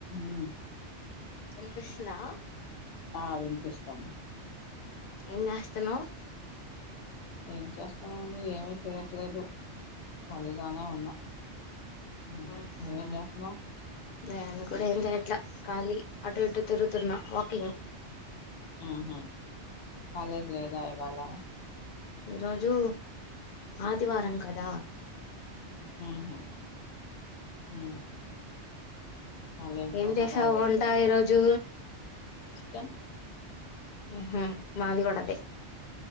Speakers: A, on the left; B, on the left.
A: ఉమ్
B: ఇనిపిస్తుందా
A: ఆ వినిపిస్తోంది
B: ఎం చేస్తాన్నవ్
A: ఏం చేస్తున్నాను ఏమి చేయట్లేదు ఖాళీగానే ఉన్నా హ్మ్.
B: హు
A: నువ్వేం
B: ఉమ్
A: జేత్తన్నావు?
B: నేను కూడా ఏం చేయట్లా ఖాళీ అటు ఇటు తిరుగుతున్నా వాకింగ్.
A: హు ఉమ్ కాలేజ్ లేదా ఇవాళ
B: ఈరోజు ఆదివారం కదా
A: ఉ హు ఉ కాలేజీ
B: ఏం
A: లో
B: చేసావు
A: హడావుడి
B: వంట
A: ఐపోయిందా
B: ఈరోజు
A: చికెన్
B: హు ఉమ్ మాది కూడా ఆదే